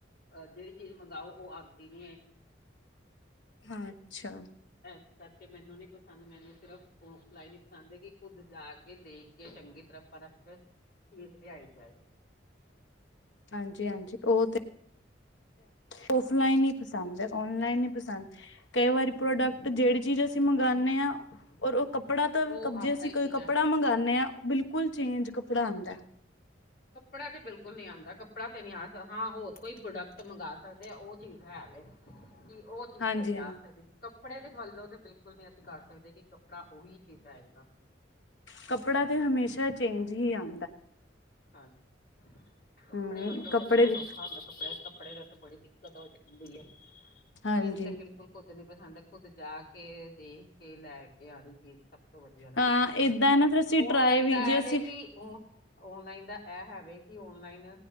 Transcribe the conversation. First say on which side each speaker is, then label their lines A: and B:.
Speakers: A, on the left; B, on the left.
A: ਅ ਜੇੜੀ ਚੀਜ਼ ਮੰਗਾਓ ਉਹ ਆਂਦੀ ਨੀ ਹੈਗੀ।
B: ਅੱਛਾ
A: ਏਸ ਕਰਕੇ ਮੈਨੂੰ ਨੀ ਪਸੰਦ ਮੈਨੂੰ ਸਿਰਫ਼ ਔਫਲਾਈਨ ਈ ਪਸੰਦ ਏ ਕਿ ਖੁੱਦ ਜਾ ਕੇ ਦੇਖ ਕੇ ਚੰਗੀ ਤਰਾਂ ਪਰਖ ਕੇ ਫੇਰ ਲਿਆਈ ਦਾ ਏ।
B: ਹਾਂਜੀ-ਹਾਂਜੀ ਓ ਤੇ ਔਫਲਾਈਨ ਈ ਪਸੰਦ ਐ ਔਨਲਾਈਨ ਨੀ ਪਸੰਦ। ਕਈ ਵਾਰੀ ਪ੍ਰੋਡਕਟ ਜੇੜੀ ਚੀਜ਼ ਅਸੀਂ ਮੰਗਾਣੇ ਆ ਔਰ ਉਹ ਕੱਪੜਾ ਤਾਂ
A: ਉਹ
B: ਕਬ
A: ਆਉਂਦਾ
B: ਜੇ ਅਸੀਂ
A: ਹੀ
B: ਕੋਈ
A: ਨਹੀਂ
B: ਕੱਪੜਾ
A: ਹੈ।
B: ਮੰਗਉਂਦੇ ਹਾਂ ਬਿਲਕੁਲ ਚੇਂਜ ਕੱਪੜਾ ਆਦਾ।
A: ਕੱਪੜਾ ਤੇ ਬਿਲਕੁਲ ਨੀ ਆਦਾ ਕੱਪੜਾ ਤੇ ਨੀ ਆ ਹਾਂ ਹੋਰ ਕੋਈ ਪ੍ਰੋਡਕਟ ਮੰਗਵਾ ਸਕਦੇ ਆ ਉਹ ਚੀਜ਼ ਹੈ ਵੇ। ਕੀ ਉਹ ਚੀਜ਼
B: ਹਾਂਜੀ
A: ਸਹੀ
B: ਹਾਂਜੀ
A: ਆ ਸਕ ਕੱਪੜੇ ਦੇ ਮੰਨ ਲਓ ਤਾਂ ਬਿਲਕੁਲ ਨਹੀਂ ਅਸੀਂ ਕਰ ਸਕਦੇ ਕਿ ਕੱਪੜਾ ਉਹੀ ਚੀਜ਼ ਆਏਗਾ।
B: ਕੱਪੜਾ ਤਾਂ ਹਮੇਸ਼ਾ ਚੇਂਜ ਹੀ ਆਂਦਾ।
A: ਹਾਂਜੀ ਕੱਪੜੇ
B: ਹਮ
A: ਵੱਲੋਂ
B: ਕੱਪੜੇ
A: ਤਾਂ ਬਹੁਤ ਔਖਾ। ਕੱਪੜੇ, ਕੱਪੜੇ ਤੇ ਬੜੀ ਦਿੱਕਤ ਹੋ ਜਾਂਦੀ ਹੈ
B: ਹਾਂਜੀ
A: ਮੈਨੂੰ ਤੇ ਬਿਲੁ ਮੈਨੂੰ ਖੁਦ ਨੀ ਪਸੰਦ ਖੁੱਦ ਜਾ ਕੇ, ਦੇਖ ਕੇ, ਲੈ ਕੇ ਆਣੀ ਚੀਜ਼। ਸਭ ਤੋਂ ਵਧੀਆ ਲੱਗਦੀ
B: ਹਾਂ
A: ਹੈਗੀ
B: ਏਦਾਂ ਹੈ ਨਾ ਫਿਰ ਅਸੀਂ
A: ਔਨਲਾਈਨ
B: ਟਰਾਏ ਵੀ
A: ਦਾ
B: ਜੇ
A: ਐ
B: ਅਸੀਂ
A: ਹੈ ਕਿ ਉਹ ਔਨਲਾਈਨ ਦਾ ਐ ਹੈ ਵੇ ਕੀ ਔਨਲਾਈਨ